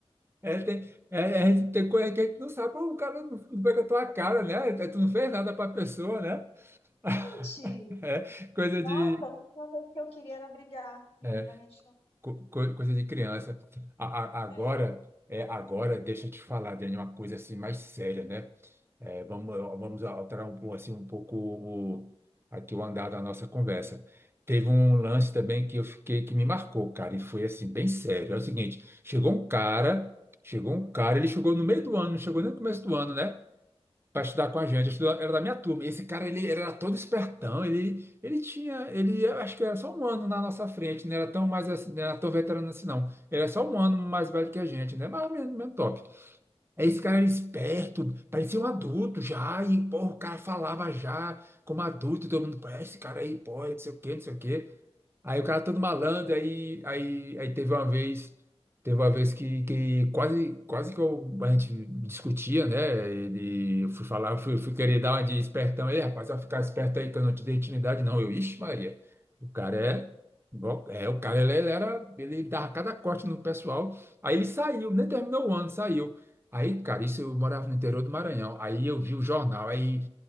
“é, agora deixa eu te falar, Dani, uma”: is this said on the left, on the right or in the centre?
Right